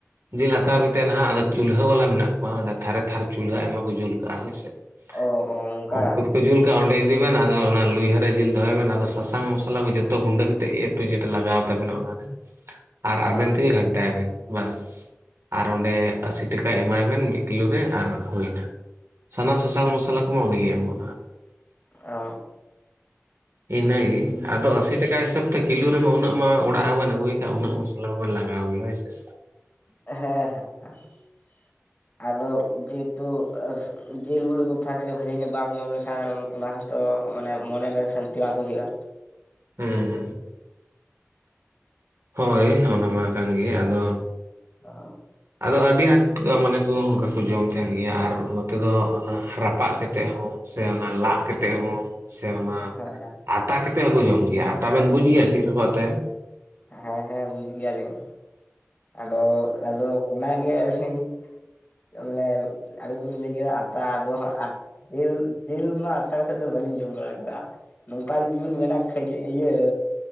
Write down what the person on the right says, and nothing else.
ᱡᱤᱞ ᱦᱟᱛᱟᱣ
ᱠᱟᱛᱮᱫ ᱱᱟᱦᱟᱸᱜ ᱟᱫᱚ ᱪᱩᱞᱦᱟᱹ ᱵᱟᱞᱟ ᱢᱮᱱᱟᱜ ᱠᱚᱣᱟ ᱚᱸᱰᱮ ᱛᱷᱟᱨᱮ ᱛᱷᱟᱨᱮ ᱪᱩᱞᱦᱟᱹ ᱟᱭᱢᱟ ᱠᱚ ᱡᱩᱞ ᱠᱟᱜᱼᱟ ᱦᱳᱭᱥᱮ
᱾
ᱩᱱᱠᱩᱼᱼ ᱡᱩᱞ ᱠᱟᱜᱼᱟ, ᱚᱸᱰᱮ ᱤᱫᱤ ᱵᱮᱱ ᱟᱫᱚ ᱚᱱᱟ ᱞᱩᱭᱦᱟᱹᱨᱮ ᱡᱤᱞ ᱫᱚᱦᱚᱭ ᱵᱮᱱ, ᱟᱫᱚ ᱥᱟᱥᱟᱝ ᱢᱚᱥᱞᱟ ᱠᱚ ᱡᱚᱛᱚ ᱜᱩᱸᱰᱟᱹᱼᱼ ᱮᱰᱩᱠᱮᱴ ᱞᱟᱜᱟᱣ ᱛᱵᱮᱱᱟ ᱚᱱᱟᱨᱮ, ᱟᱨ
ᱟᱵᱮᱱ ᱛᱮᱜᱮ ᱜᱷᱟᱱᱴᱟᱭ ᱵᱮᱱ ᱵᱟᱥ ᱾ ᱟᱨ ᱚᱸᱰᱮ ᱟᱥᱤ ᱴᱟᱠᱟ ᱮᱢᱟᱭ ᱵᱮᱱ ᱢᱤᱫᱼᱼ ᱠᱤᱞᱳ ᱨᱮ ᱟᱨ ᱦᱩᱭ ᱮᱱᱟ, ᱥᱟᱱᱟᱢ ᱥᱟᱥᱟᱝ ᱢᱚᱥᱞᱟ ᱠᱚᱢᱟ ᱚᱸᱰᱮ ᱜᱮᱭ ᱮᱢᱚᱜ ᱟᱭ ᱱᱟᱦᱟᱜ ᱾
ᱤᱱᱟᱹ ᱜᱤ, ᱟᱫᱚ ᱟᱥᱤᱼᱼ ᱟᱹᱥᱤ ᱴᱟᱠᱟ ᱦᱤᱥᱟᱹᱵᱽ ᱛᱮ ᱠᱤᱞᱳ ᱨᱮᱢᱟ ᱩᱱᱟᱹᱜ ᱢᱟ ᱚᱲᱟᱜ ᱦᱚᱸᱵᱮᱱ ᱟᱹᱜᱩᱭ ᱠᱷᱟᱱ ᱩᱱᱟᱹᱜ ᱢᱚᱥᱞᱟ ᱵᱟᱵᱮᱱ ᱞᱟᱜᱟᱣ ᱜᱮᱭᱟ ᱦᱳᱭᱥ ᱥᱮ ᱾
<inaudible> ᱾
ᱦᱩᱸᱻ, ᱦᱳᱭ ᱚᱱᱟ ᱢᱟ ᱠᱟᱱ ᱜᱮ ᱟᱫᱚᱼᱼ
ᱟᱫᱚ ᱟᱹᱰᱤ ᱟᱸᱴ ᱢᱟᱱᱮᱼᱼ ᱠᱚ ᱚᱱᱠᱟ ᱠᱚ ᱡᱚᱢ ᱛᱟᱸᱦᱮᱱ ᱜᱮᱭᱟ, ᱟᱨ ᱱᱚᱛᱮ ᱫᱚ ᱨᱟᱯᱟᱜ ᱠᱟᱛᱮᱜ ᱦᱚᱸ ᱥᱮ ᱚᱱᱟ ᱞᱟᱜ ᱠᱟᱛᱮᱜ ᱦᱚᱸᱼᱼ ᱥᱮ ᱚᱱᱟ
ᱟᱛᱟ ᱠᱟᱛᱮ ᱦᱚᱸᱠᱚ ᱡᱚᱢ ᱜᱮᱭᱟ, ᱟᱛᱟ ᱵᱮᱱ ᱵᱩᱡᱽ ᱜᱮᱭᱟ ᱥᱮ ᱪᱮᱫ ᱞᱮᱠᱟ ᱠᱚ ᱟᱛᱟᱭᱟ?